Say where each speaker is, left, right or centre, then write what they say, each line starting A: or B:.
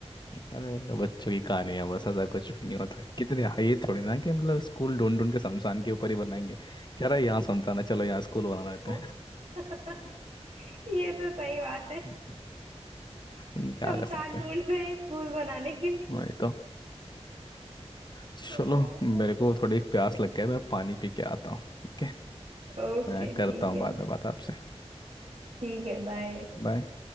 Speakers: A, on the left (about 40°); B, on the right (about 60°).
A: अरे बच्चों की कहानियां बस ऐसा कुछ भी नहीं होता कितने हाँ, ये थोड़ी ना कि मतलब स्कूल ढूंढ ढूंढ के शमशान के ऊपर ही बनाएंगे कह रहा है यहाँ शमशान है चलो यहाँ स्कूल बना
B: <laughs>
A: देते हैं <laughs>
B: ये तो सही बात है कि
A: लेकिन क्या
B: शमशान
A: कर सकते हैं
B: ढूंढ रहे हैं स्कूल बनाने के लिए
A: वही तो चलो
B: सही बात
A: मेरे
B: है
A: को थोड़ी प्यास लग गई मैं पानी पी के आता हूँ ओके
B: ओके
A: मैं करता
B: ठीक
A: हूँ
B: है
A: बाद में बात आपसे
B: ठीक है बाय
A: बाय